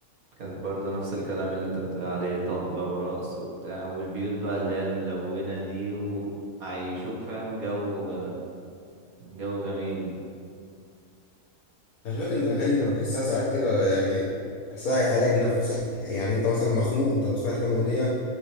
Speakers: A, on the right (about 75°); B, on the left (about 80°).
A: كانت برضه نفس الكلام اللي انت بتقول عليه طبلة ورقص وبتاع والبيوت بقى اللي هي الملونة دي وعيشوك فاهم جو جو جميل
B: أنا فاكر إن الأغاني أنا بحسها ساعات كده يعني بحسها علاج نفسي يعني أنت مثلا مخنوق أنت لو سمعت كام أغنية